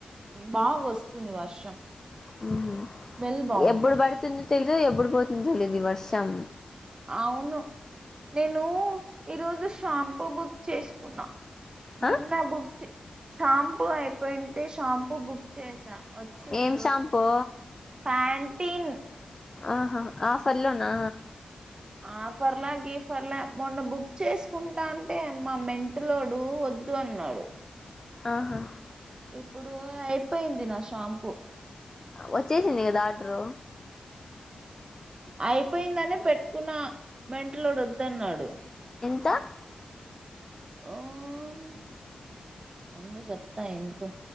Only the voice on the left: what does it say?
హ్మ్
ఎప్పుడు పడుతుంది. తెలీదు ఎప్పుడు పోతుంది తెలీదు ఈ వర్షం.
ఆ
ఏం
షాంపూ
ఆహా ఆఫర్ లోనా
ఆహా
వచ్చేసింది కదా ఆర్డర్
త